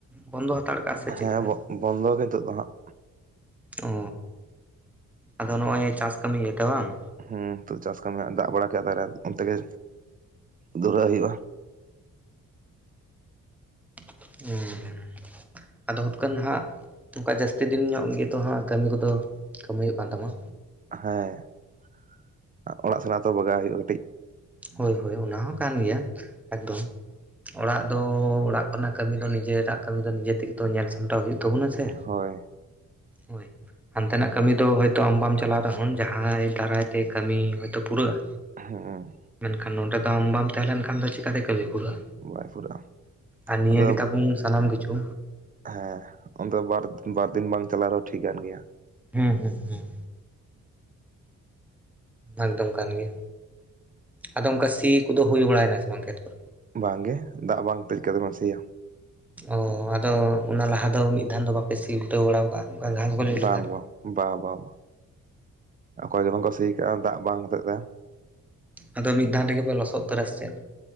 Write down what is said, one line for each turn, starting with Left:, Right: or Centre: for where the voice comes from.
Centre: ᱵᱚᱱᱫᱚ ᱦᱟᱛᱟᱲ ᱠᱟᱜᱼᱟ ᱥᱮ ᱪᱮᱞᱠᱟ?
Right: ᱦᱮᱸ ᱵᱚᱱᱫᱚ ᱜᱮ ᱱᱤᱛᱳᱜ ᱫᱚ ᱦᱟᱸᱟᱜ᱾
Centre: ᱚᱻ ᱟᱫᱚ ᱱᱚᱜᱼᱚᱭ ᱪᱟᱥ ᱠᱟᱹᱢᱤ ᱜᱮᱛᱚ ᱵᱟᱝ?
Right: ᱦᱩᱸ ᱛᱚ ᱪᱟᱥ ᱠᱟᱹᱢᱤ ᱫᱟᱜ ᱵᱟᱲᱟ ᱠᱮᱜ-ᱟ ᱛᱟᱦᱠᱮ ᱚᱱᱛᱮ ᱜᱮ ᱫᱷᱩᱨᱟᱹᱜ ᱦᱩᱭᱩᱜᱼᱟ᱾
Centre: <unintelligible> ᱟᱫᱚ ᱦᱩᱛᱠᱟᱹᱱ ᱦᱟᱸᱜ ᱚᱱᱠᱟ ᱡᱟᱹᱥᱛᱤ ᱫᱤᱱ ᱧᱚᱜ ᱜᱮᱛᱚ ᱦᱟᱸᱜ ᱠᱟᱹᱢᱤ ᱠᱚᱫᱚ ᱠᱟᱹᱢᱦᱟᱹᱭᱚᱜ ᱠᱟᱱ ᱛᱟᱢᱟ᱾
Right: ᱦᱮᱸ ᱚᱲᱟᱜ ᱥᱮᱱᱟᱜ ᱛᱚ ᱵᱟᱜᱟᱣ ᱦᱩᱭᱩᱜᱼᱟ ᱠᱟᱹᱴᱤᱡ᱾
Centre: ᱦᱳᱭ ᱦᱳᱭ ᱚᱱᱟ ᱦᱚᱸ ᱠᱟᱱ ᱜᱮᱭᱟ ᱮᱠᱫᱚᱢ᱾ ᱚᱲᱟᱜ ᱫᱚ ᱚᱲᱟᱜ ᱠᱷᱚᱱᱟᱜ ᱠᱟᱹᱢᱤ ᱫᱚ ᱱᱤᱡᱮᱨᱟᱜ ᱠᱟᱹᱢᱤ ᱫᱚ ᱱᱤᱡᱮ ᱛᱮᱜᱮ ᱛᱚ ᱧᱮᱞ ᱥᱟᱢᱴᱟᱣ ᱦᱩᱭᱩᱜ ᱛᱟᱵᱚᱱᱟ ᱥᱮ
Right: ᱦᱳᱭ
Centre: ᱦᱳᱭ᱾ ᱦᱟᱱᱛᱮᱱᱟᱜ ᱠᱟᱹᱢᱤ ᱫᱚ ᱦᱭᱛ
Right: ᱚᱱᱛᱮ
Centre: ᱟᱢ ᱵᱟᱢ ᱪᱟᱞᱟᱣ ᱨᱮᱦᱚᱸ ᱡᱟᱦᱟᱸᱭ ᱫᱟᱨᱟᱭ ᱛᱮ ᱠᱟᱹᱢᱤ ᱦᱚᱭᱛᱳ ᱯᱩᱨᱟᱹᱜᱼᱟ
Right: ᱦᱮᱸ᱾
Centre: ᱢᱮᱱᱠᱷᱟᱱ ᱱᱚᱰᱮ ᱫᱚ ᱟᱢ ᱵᱟᱢ ᱛᱟᱦᱮᱸ ᱞᱮᱱ ᱠᱷᱟᱱ ᱫᱚ ᱪᱤᱠᱟᱛᱮ ᱠᱟᱹᱢᱤ ᱯᱩᱨᱟᱹᱜᱼᱟ?
Right: ᱵᱟᱭ ᱯᱩᱨᱟᱹᱜᱼᱟ
Centre: ᱟᱨ ᱱᱤᱭᱟᱹ
Right: ᱟᱫᱚ
Centre: ᱜᱮᱛᱟᱵᱚᱱ ᱥᱟᱱᱟᱢ ᱠᱤᱪᱷᱩ᱾
Right: ᱦᱮᱸ ᱚᱱᱛᱮ ᱵᱟᱨ ᱵᱟᱨ ᱫᱤᱱ ᱵᱟᱝ ᱪᱟᱞᱟᱣ ᱨᱮᱦᱚᱸ ᱴᱷᱤᱠᱟᱹᱱ ᱜᱮᱭᱟ᱾
Centre: ᱦᱮᱸ ᱦᱮᱸ ᱦᱮᱸ᱾ ᱮᱠᱫᱚᱢ ᱠᱟᱱ ᱜᱮᱭᱟ ᱟᱫᱚ ᱚᱱᱠᱟ ᱥᱤ ᱠᱚᱫᱚ ᱦᱩᱭ ᱵᱟᱲᱟᱭᱮᱱᱟ ᱥᱮ ᱵᱟᱝ ᱠᱷᱮᱛ ᱠᱚ?
Right: ᱵᱟᱝ ᱜᱮ ᱫᱟᱜ ᱵᱟᱝ ᱛᱮ <unintelligible> ᱵᱮᱱ ᱥᱤᱭᱟ᱾
Centre: ᱚ ᱟᱫᱚ ᱚᱱᱟ ᱞᱟᱦᱟ ᱫᱚ ᱢᱤᱫ ᱫᱷᱟᱱ ᱫᱚ ᱵᱟᱯᱮ ᱥᱤ ᱩᱞᱴᱟᱹᱣ ᱵᱟᱲᱟ ᱟᱠᱟᱜᱼᱟ? ᱚᱱᱠᱟ ᱜᱷᱟᱥ ᱜᱚᱡᱚᱜ
Right: ᱵᱟᱝ
Centre: ᱞᱮᱠᱟ?
Right: ᱵᱟᱝ᱾ ᱵᱟ ᱵᱟ ᱵᱟ ᱚᱠᱚᱭ ᱜᱮ ᱵᱟᱝ ᱠᱚ ᱥᱤ ᱟᱠᱟᱜᱼᱟ ᱫᱟᱜ ᱵᱟᱝ ᱦᱚᱛᱮᱫ ᱛᱮ᱾
Centre: ᱟᱫᱚ ᱢᱤᱫ ᱫᱷᱟᱣ ᱨᱮᱜᱮ ᱯᱮ ᱞᱚᱥᱚᱫ ᱩᱛᱟᱹᱨᱟ ᱥᱮᱪᱮᱫ?